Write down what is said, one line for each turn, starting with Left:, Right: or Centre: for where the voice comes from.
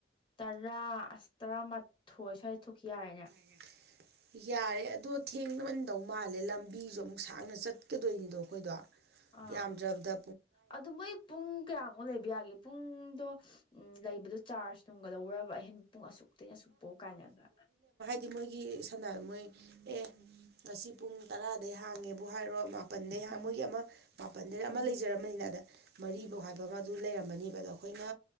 Left: ꯇꯔꯥ ꯑꯁ ꯇꯔꯥꯃꯥꯊꯣꯏ ꯁ꯭ꯋꯥꯏ ꯊꯣꯛꯈꯤ ꯌꯥꯔꯦꯅꯦ
Right: <unintelligible> ꯌꯥꯔꯦ ꯑꯗꯣ ꯊꯦꯡꯃꯟꯗꯧ ꯃꯥꯜꯂꯦ ꯂꯝꯕꯤꯖꯨ ꯑꯃꯨꯛ ꯁꯥꯡꯅ ꯆꯠꯀꯗꯣꯏꯅꯤꯗꯣ ꯑꯩꯈꯣꯏꯗꯣ
Left: ꯑꯥ
Right: ꯌꯥꯝꯗ꯭ꯔꯕꯗꯥ
Left: ꯑꯗꯨ ꯃꯣꯏ ꯄꯨꯡ ꯀꯌꯥꯃꯨꯛ ꯂꯩꯕ ꯌꯥꯒꯦ ꯄꯨꯡꯗꯣ ꯎꯝ ꯂꯩꯕꯗꯣ ꯆꯥꯔꯖ ꯅꯨꯡꯒꯥ ꯂꯧꯕ꯭ꯔꯥꯕ ꯑꯍꯦꯟ ꯄꯨꯡ ꯑꯁꯨꯛ ꯇꯩꯅꯥ ꯑꯁꯨꯛ ꯄꯧ ꯀꯥꯏꯅꯒꯥ
Right: ꯑꯗꯨꯗꯤ ꯃꯣꯏꯒꯤ ꯁꯝꯅꯥ ꯍꯥꯏ ꯃꯣꯏ ꯑꯦ ꯉꯁꯤ ꯄꯨꯡ ꯇꯔꯥꯗꯩ ꯍꯥꯡꯉꯦꯕꯨ ꯍꯥꯏꯔꯣ ꯃꯥꯄꯟꯗꯩ ꯍꯥꯡ
Left: ꯎꯝ
Right: ꯃꯣꯏꯒꯤ ꯑꯃ ꯃꯥꯄꯟꯗꯩ ꯑꯃ
Left: ꯎꯝ
Right: ꯂꯩꯖꯔꯝꯃꯥꯅꯤꯅ ꯃꯔꯤꯕꯧ
Left: ꯎꯝ
Right: ꯍꯥꯏꯕ ꯑꯃ ꯑꯗꯨ ꯂꯩꯔꯝꯃꯅꯤꯕ ꯑꯗꯥ ꯑꯩꯈꯣꯏꯅ